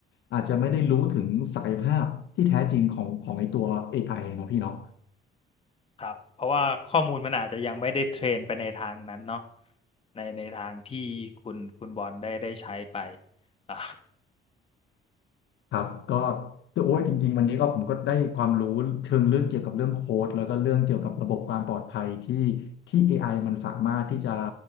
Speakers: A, on the left (about 70°); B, on the left (about 30°).
A: อาจจะไม่ได้รู้ถึงศักยภาพที่แท้จริงของของไอตัว AI เนาะพี่เนาะ
B: ครับเพราะว่าข้อมูลมันอาจจะยังไม่ได้เทรนไปในทางนั้นเนาะในในทางที่คุณคุณบอลได้ได้ใช้ไปอ่ะ
A: ครับก็โอ้ยจริงๆวันนี้ก็ผมก็ได้ความรู้เชิงลึกเกี่ยวกับเรื่องโค้ดแล้วก็เรื่องเกี่ยวกับระบบความปลอดภัยที่ที่ AI มันสามารถที่จะ